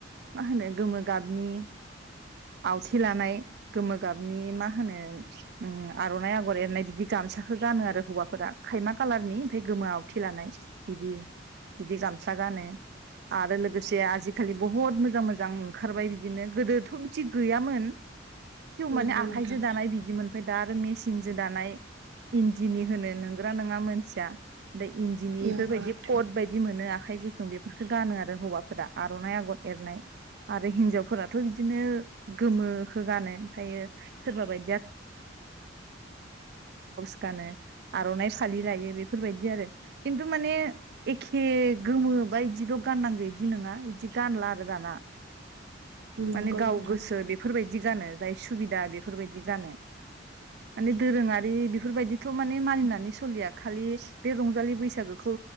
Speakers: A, on the right (about 60°); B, on the right (about 85°).
A: मा होनो गोमो गाबनि आवथि लानाय गोमो गाबनि मा होनो आर'नाइ आगर एरनाय बिदि गामसा। खो गानो आरो हौवाफोरा खायमा खालारनि ओमफ्राय गोमो आवथि लानाय बिदि बिदि गामसा गानो आरो लोगोसे आजिखालि बुहुत मोजां मोजां ओंखारबाय बिदिनो गोदोथ' बिदि गैयामोन। थेव
B: नंगौ
A: माने आखाइजो
B: नोंथां
A: दानाय बिदिमोन। फ्राय दा आरो मेसिनजों दानाय। इन्दिनि होनो नोंगोना नोङा मोनथिया। इन्दिनि
B: नंगौ
A: बेफोरबायदि
B: नोंथां
A: कट बायदि। दि मोनो आखाइ गुसुं बेफोरफोरखौ गानो आरो हौवाफोरा आर'नाइ आगर एरनाय आरो हिनजावफोराथ' बिदिनो गोमोखौ गानो ओमफ्रायो सोरबा बाय गानो आर'नाइ फालि लायो बेफोरबायदि आरो खिन्थु माने एखे गोमो बा बायदिल' गाननांगौ बिदि नङा बिदि गानला आरो दाना।
B: नंगौ
A: माने
B: नोंथां
A: गाव गोसो बेफोरबायदि गानो जाय। सुबिदा बेफोरबायदि जानो माने दोरोङारि बेफोरबायदि। खौ माने मानिनानै सोलिया खालि बे रंजालि बैसागोखौ